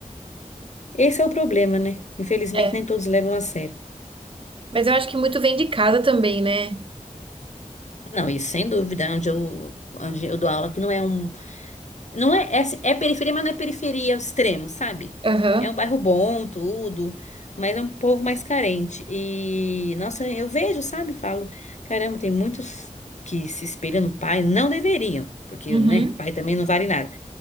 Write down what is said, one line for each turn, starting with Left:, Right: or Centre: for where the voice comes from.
Left: Esse é o problema, né? Infelizmente,
Right: é.
Left: nem todos levam a sério.
Right: Mas eu acho que muito vem de casa também, né?
Left: Não, e sem dúvida, é onde eu, onde eu dou aula, que não é um. Não é, é, assim, é periferia, mas não é periferia ao extremo, sabe?
Right: Aham.
Left: É um bairro bom, tudo, mas é um povo mais carente. E, nossa, eu vejo, sabe? Falo, caramba, tem muitos que se espelham no pai, não deveriam, porque,
Right: Uhum.
Left: né, pai também não vale nada.